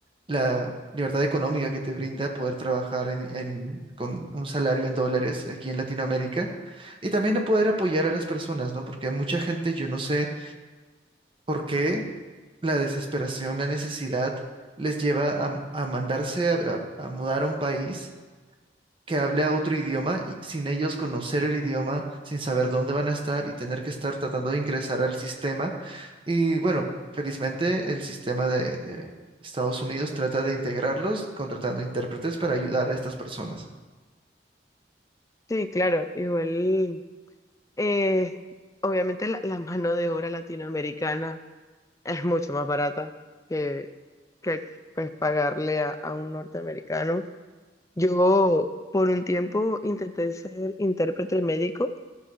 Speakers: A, on the right; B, on the left.
A: la libertad económica que te brinda poder trabajar en- en- con un salario en dólares aquí en Latinoamérica y también a poder apoyar a las personas, ¿no? Porque a mucha gente yo no sé por qué la desesperación, la necesidad les lleva a, a mandarse a, a- a mudar a un país que hable a otro idioma y sin ellos conocer el idioma, sin saber dónde van a estar y tener que estar tratando de ingresar al sistema. Y bueno, felizmente el sistema de, de Estados Unidos trata de integrarlos contratando intérpretes para ayudar a estas personas.
B: sí, claro, igual, eh, obviamente la, la mano de obra latinoamericana es mucho más barata que, que pues, pagarle a, a un norteamericano. Yo por un tiempo intenté ser intérprete médico